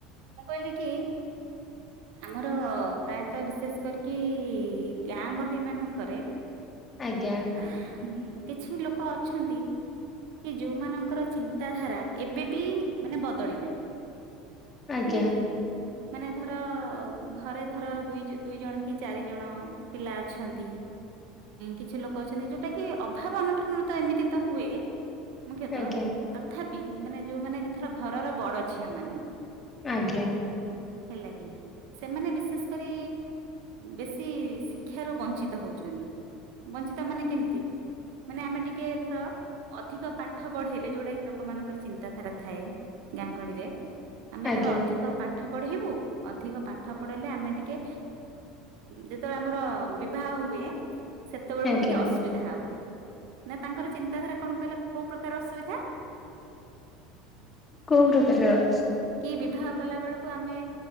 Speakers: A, on the right; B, on the left.
A: ମୁଁ କହିଲି କି ଆମର ପ୍ରାୟତଃ ବିଶେଷ କରିକି ଗାଁ ଗହଳି ମାନଙ୍କରେ
B: ଆଜ୍ଞା
A: ହୁଁ। କିଛି ଲୋକ ଅଛନ୍ତି କି ଯୋଉମାନଙ୍କର ଚିନ୍ତାଧାରା ଏବେ ବି ମାନେ ବଦଳି ନାହିଁ।
B: ଆଜ୍ଞା।
A: ହେଲା କି ମାନେ ଧର ଘରେ ଧର ଦୁଇ ଦୁଇ ଜଣ କି ଚାରି ଜଣ ପିଲା ଅଛନ୍ତି କିଛି ଲୋକ ଅଛନ୍ତି ଯୋଉଟା କି ଅଭାବ ଅନଟନ ରୁ ତ ଏମିତି ତ ହୁଏ। ମୁଖ୍ୟତଃ
B: ଆଜ୍ଞା
A: ତଥା ପି ମାନେ ଯୋଉ ମାନେ ଧର ଘରର ବଡ ଝିଅ ମାନେ
B: ଆଜ୍ଞା।
A: ହେଲା କି ସେମାନେ ବିଶେଷ କରି ବେଶୀ ଶିକ୍ଷାରୁ ବଞ୍ଚିତ ହଉଚନ୍ତି ବଞ୍ଚିତ ମାନେ କେମିତି ମାନେ ଆମେ ଟିକେ ଧର ଅଧିକ ପାଠ ପଢେଇଲେ ଯୋଉଟା କି ଲୋକମାନାନଙ୍କର ଚିନ୍ତାଧାରା ଥାଏ ଗାଁ ଗହଳିରେ ଆମେ
B: ଆଜ୍ଞା
A: ଧର ଅଧିକ ପାଠ ପଢେଇବୁ ଅଧିକ ପାଠ ପଡେଇଲେ ଆମେ ଟିକେ ଯେତେବେଳେ ଆମର ବିବାହ ହୁଏ। ସେତେବେଳକୁ
B: ଆଜ୍ଞା
A: ଟିକେ ଅସୁବିଧା ହବ। ନା ତାଙ୍କର ଚିନ୍ତାଧାରା କଣ କଇଲ କୋଉ ପ୍ରକାର ଅସୁବିଧା?
B: କୋଉ ପ୍ରକାରର?
A: କି ବିବାହ କଲା ବେଳକୁ ଆମେ